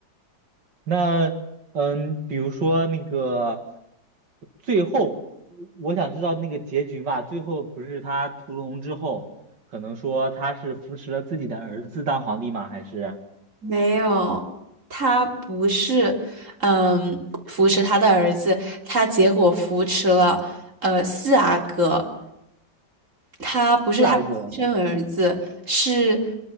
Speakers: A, on the right (about 70°); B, on the right (about 40°).
A: 那嗯，比如说那个最后，我想知道那个结局嘛，最后不是他屠龙之后，可能说他是扶持了自己的儿子当皇帝吗？还是
B: 没有，他不是，嗯，扶持他的儿子，他结果扶持了呃四阿哥，他不是他亲生儿子，
A: 四阿哥？
B: 是